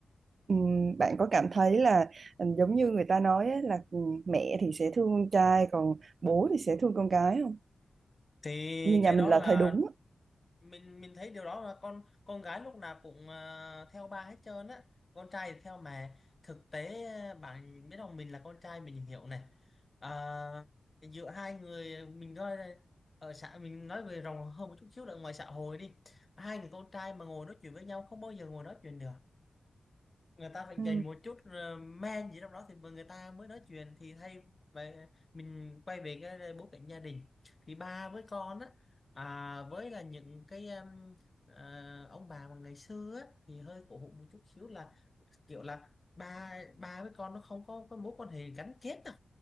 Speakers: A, on the right (about 55°); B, on the left (about 25°).
A: ừm, bạn có cảm thấy là ừ, giống như người ta nói ấy, là ừ, mẹ thì sẽ thương con trai còn bố thì sẽ thương con cái không?
B: thì
A: Như nhà
B: cái
A: mình
B: đó
A: là
B: là
A: thấy đúng. á.
B: mình mình thấy điều đó là con con gái lúc nào cũng à, theo ba hết trơn á con trai thì theo mẹ thực tế à, bạn biết không mình là con trai mình hiểu này à, giữa hai người mình coi này, ở xã mình nói về rộng hơn một chút xíu là ngoài xã hội đi hai người con trai mà ngồi nói chuyện với nhau không bao giờ ngồi nói chuyện được người ta phải
A: Ừ.
B: dành một chút ờ, men gì trong đó thì người ta mới nói chuyện thì thay vậy mình quay về cái bối cảnh gia đình thì ba với con á à, với là những cái em, ờ, ông bà mà ngày xưa á, thì hơi cổ hủ một chút xíu là kiểu là ba ba với con nó không có cái mối quan hệ gắn kết đâu